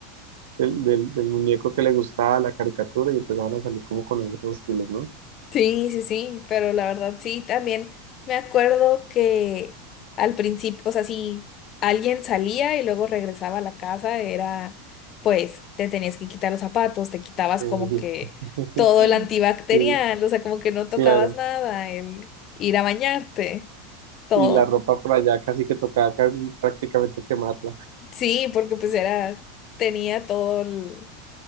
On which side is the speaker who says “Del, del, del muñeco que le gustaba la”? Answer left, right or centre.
Right